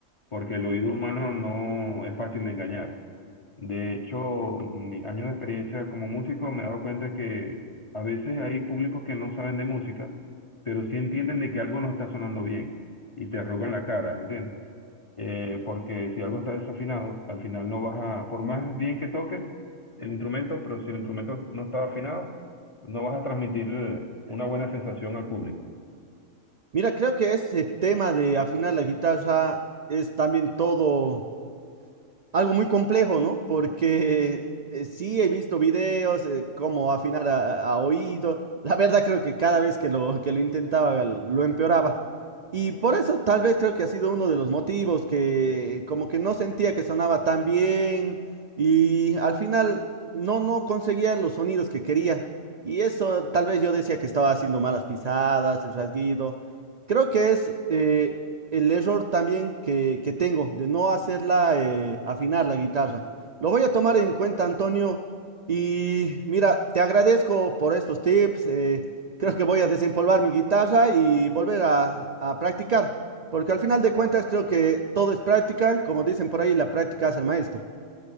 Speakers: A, on the left (about 30°); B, on the right (about 50°).
A: porque el oído humano no es fácil de engañar. De hecho, mi años de experiencia como músico me he dado cuenta que a veces hay públicos que no saben de música, pero sí entienden de que algo no está sonando bien y te arrugan la cara, ¿entiendes? Eh, porque si algo está desafinado, al final no vas a, por más bien que toques el instrumento, pero si el instrumento no está afinado, no vas a transmitir eh, una buena sensación al público.
B: Mira, creo que ese tema de afinar la guitarra es también todo algo muy complejo, ¿no? Porque eh, sí he visto videos, eh, cómo afinar a, a oído. La verdad creo que cada vez que lo, que lo intentaba lo empeoraba. Y por eso tal vez creo que ha sido uno de los motivos que como que no sentía que sonaba tan bien y al final no, no conseguía los sonidos que quería. Y eso tal vez yo decía que estaba haciendo malas pisadas, el rasguido. Creo que es eh, el error también que, que tengo de no hacerla eh, afinar la guitarra. Lo voy a tomar en cuenta, Antonio. Y mira, te agradezco por estos tips. eh, creo que voy a desempolvar mi guitarra y volver a, a practicar, porque al final de cuentas creo que todo es práctica. Como dicen por ahí, la práctica hace el maestro.